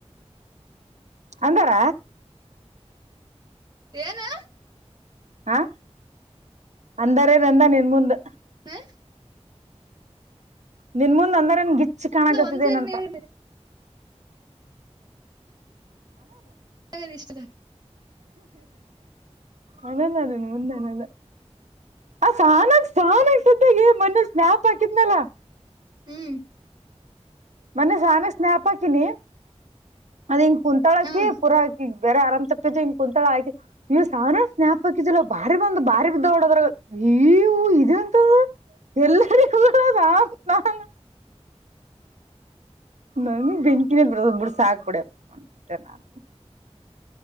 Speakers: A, on the right; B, on the right.
A: ಅಂತಾರ
B: ಏನು
A: ಹಾ ಅಂದರೆದಂದ ನಿನ್ ಮುಂದೆ
B: ಹ
A: ನಿನ್ ಮುಂದ್ ಅಂದಾರನ್ ಗಿಚ್ಚ ಕಾಣಾಗತ್ತಿದ
B: ಒಂದ್ಸೇರಿ
A: ಏನಂತ
B: ನೀ ಹೇಳಿದೆ ನ ಇಷ್ಟು
A: ಅನಲ್ಲ ನಿನ್ನ ಮುಂದೆ ಅನಲ್ಲ ಅ ಸನಸ್ <inaudible> ಮೊನ್ನೆ ಸ್ನಾಪ ಹಾಕಿದ್ನಲ್ಲ
B: ಹ್ಮ್
A: ಮೊನ್ನೆ ನಾನೇ ಸ್ನ್ಯಾಪ್ ಹಾಕಿನೀ ಅದ್ಹೇಗೆ ಕುಂತಳಹಾಕಿ
B: ಹ್ಮ್
A: ಪುರ ಬೇರೆ ಅರಾಮ್ ತಪ್ಪಿದ್ದ ಹ ಕುಂತಳ ಆಯ್ತಿ ನೀವ್ ಸಾನ ಸ್ನ್ಯಾಪ್ ಹಾಕಿದಿಲ್ಲ ಬಾರಿ ಬಂದ್ ಬಾರಿ ಬಿದ್ದ ಹೊಡದ್ರ ಇವುಇದು ಎಂತದ ಎಲ್ಲರಿಗೂ ನಾನು ನನ್ ಬೆಂಕಿನೇ ಬಿಡು ಸಾಕ್ಬಡಪ್ಪ ಅಂದೇ ನಾನು